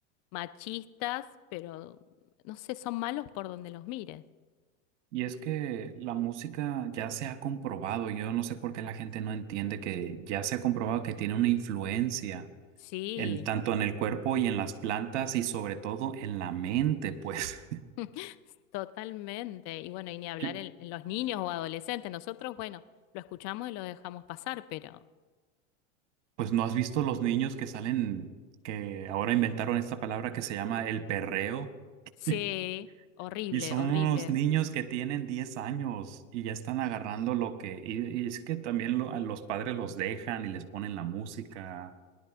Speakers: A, on the left; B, on the right.
A: machistas, pero no sé, son malos por donde los mires.
B: y es que la música ya se ha comprobado, yo no sé por qué la gente no entiende que ya se ha comprobado que tiene una influencia
A: Sí,
B: en tanto en el cuerpo y en las plantas y sobre todo en la mente, pues.
A: <laughs> totalmente. Y bueno, y ni hablar
B: <laughs>
A: en, en los niños o adolescentes. Nosotros, bueno, lo escuchamos y lo dejamos pasar, pero
B: Pues no has visto los niños que salen, que ahora inventaron esta palabra que se llama el perreo.
A: sí,
B: <laughs>
A: horrible,
B: Y son
A: horrible.
B: unos niños que tienen 10 años y ya están agarrando lo que... Y, y es que también lo- a los padres los dejan y les ponen la música.